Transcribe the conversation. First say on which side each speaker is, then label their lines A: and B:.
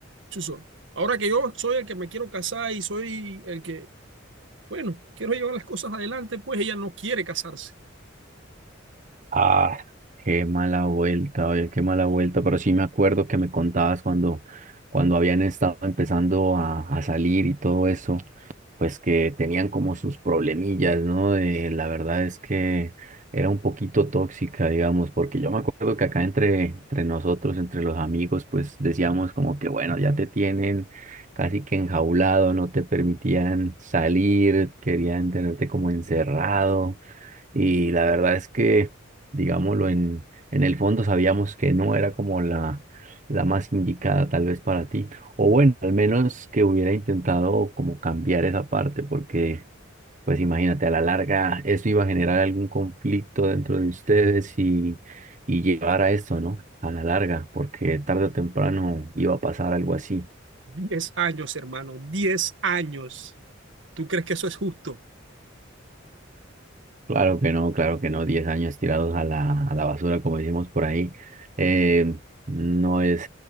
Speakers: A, on the right; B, on the right.
A: chuzo. Ahora que yo soy el que me quiero casar y soy el que, bueno, quiero llevar las cosas adelante, pues ella no quiere casarse.
B: Ah, qué mala vuelta, oye, qué mala vuelta. Pero sí me acuerdo que me contabas cuando, cuando habían estado empezando a, a salir y todo eso. pues que tenían como sus problemillas, ¿no? Eh, la verdad es que era un poquito tóxica, digamos, porque yo me acuerdo que acá entre, entre nosotros, entre los amigos, pues decíamos como que, bueno, ya te tienen casi que enjaulado, no te permitían salir, querían tenerte como encerrado. Y la verdad es que, digámoslo, en, en el fondo sabíamos que no era como la, la más indicada tal vez para ti. O bueno, al menos que hubiera intentado como cambiar esa parte, porque pues imagínate, a la larga eso iba a generar algún conflicto dentro de ustedes y, y llevar a esto, ¿no? A la larga, porque tarde o temprano iba a pasar algo así.
A: Diez años, hermano, diez años. ¿Tú crees que eso es justo?
B: Claro que no, claro que no. Diez años tirados a la, a la basura, como decimos por ahí, eh, no es,